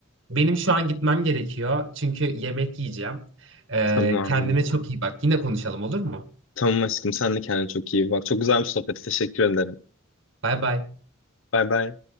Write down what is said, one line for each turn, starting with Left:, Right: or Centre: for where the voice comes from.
Right: benim şu an gitmem gerekiyor çünkü yemek yiyeceğim. E,
Left: Tamam.
Right: kendine çok iyi bak. Yine konuşalım olur mu?
Left: Tamam aşkım sen de kendine çok iyi bak. Çok güzel bir sohbet. Teşekkür ederim.
Right: Bay bay.
Left: Bay bay.